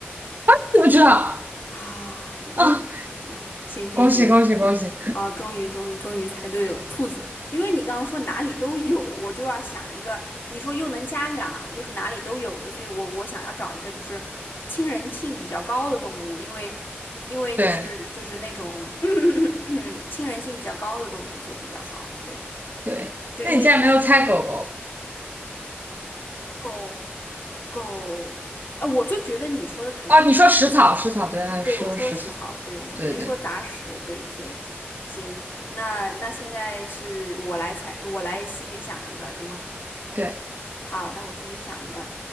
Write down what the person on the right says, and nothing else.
<laughs> 知不知道？
啊，
恭喜恭喜恭喜！
对
对，
那你竟然没有猜狗狗。
哦，你说食草，食草，对，他说食草，
对对
对